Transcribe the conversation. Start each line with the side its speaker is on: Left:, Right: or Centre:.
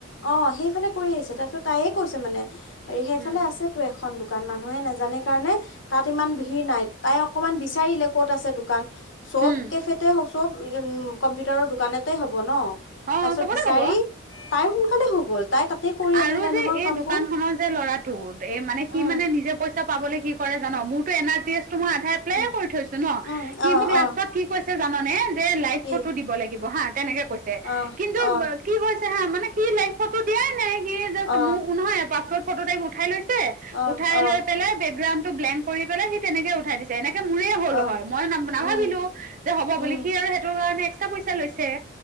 Left: অ', সেইফালে কৰি আহিছে, তাৰপিছত তাইে কৈছে মানে সেইফালে
Right: উম
Left: আছে টো এখন দোকান, মানুহে নাজানে কাৰণে তাত ইমান ভিৰ নাই, তাই অকমান বিচাৰিলে ক'ত আছে দোকান, চব
Right: উম
Left: কেফেতে চব উ, উম, কম্পিউটাৰৰ দোকানতে হ'ব ন',
Right: অ
Left: তাৰ পিছত
Right: চবতে
Left: বিচাৰি
Right: কব
Left: তাই সোনকালে হৈ গ'ল। তাই তাতে কৰি
Right: আৰু
Left: আনিলে
Right: যে
Left: নহয়
Right: এই
Left: কামবোৰ
Right: দোকান খনৰ যে ল'ৰাটো, এই মানে সি
Left: উম
Right: মানে নিজে পইচা পাবলৈ কি কৰে জান, মোৰতো এন আৰ পি এছটো মই আধাৰ এপ্লাই
Left: উম
Right: কৰি থৈছো ন'
Left: উম
Right: সি
Left: অ
Right: মোক লাষ্টত
Left: অ
Right: কি কৈছে জাননে, যে লাইভ
Left: কি
Right: ফটো দিব লাগিব হা, তেনেকে কৈছে,
Left: অহ
Right: কিন্তু
Left: অহ
Right: কি কৰিছে হা, মানে সি লাইভ ফটো দিয়াই নাই, সি জাষ্ট
Left: অহ
Right: মোক নহয় পাছপৰ্ট ফটো টাইপ উঠাই লৈছে
Left: অহ
Right: উঠাই
Left: অহ
Right: লৈ পেলাই বেকগ্ৰাউণ্ড টো ব্লেণ্ড কৰি পেলাই, সি তেনেকে উঠাই দিছে। এনেকে মোৰেই হ'ল
Left: অহ
Right: হয়, মই ন, নাভাবিলো,
Left: উম
Right: যে হ'ব
Left: উম
Right: বুলি, সি আৰু সেইটো কাৰণে এক্সট্ৰা পইচা লৈছে।